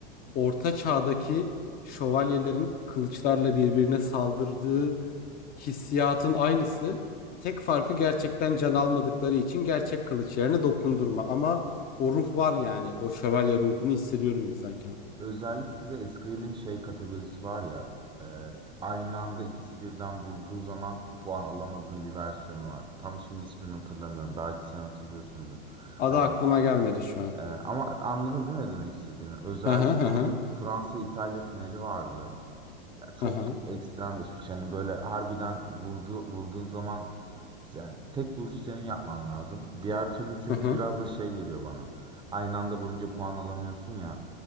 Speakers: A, on the left; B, on the right.
A: Orta çağdaki şövalyelerin kılıçlarla birbirine saldırdığı hissiyatın aynısı. Tek farkı gerçekten can almadıkları için gerçek kılıç yerine dokundurma. Ama o ruh var yani. O şövalye ruhunu hissediyorum izlerken.
B: Özellikle de eskrimin şey kategorisi var ya, e, aynı anda ikisi birden vurduğu zaman puan alamadığım bir versiyonu var. Tam şimdi ismini hatırlamıyorum. Belki sen hatırlıyorsundur.
A: Adı
B: Hani
A: aklıma gelmedi şu an.
B: e, ama anladın değil mi ne demek istediğimi? Özellikle
A: Hı hı hı
B: onun
A: hı
B: Fransa-İtalya finali vardı. Ya çok
A: hı hı
B: ekstrem geçmiş. Yani böyle harbiden vurdu, vurduğun zaman yani tek vuruşu senin yapman lazım. Diğer türlü çünkü
A: hı hı.
B: biraz da şey geliyor bana. Aynı anda vurunca puan alamıyorsun ya.